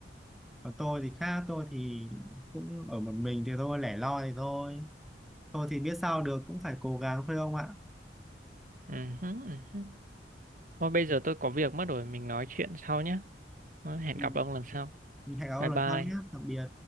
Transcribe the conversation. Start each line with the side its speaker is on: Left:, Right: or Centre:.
Centre: còn tôi thì khác tôi thì cũng ở một mình thì thôi lẻ loi thì thôi tôi thì biết sao được cũng phải cố gắng thôi ông ạ
Right: Ừ. hứ, ừ hứ. Thôi bây giờ tôi có việc mất rồi, mình nói chuyện sau nhé. Hẹn
Centre: Ừ.
Right: gặp ông lần sau.
Centre: hẹn gặp ông
Right: Bye bye.
Centre: lần sau nhé tạm biệt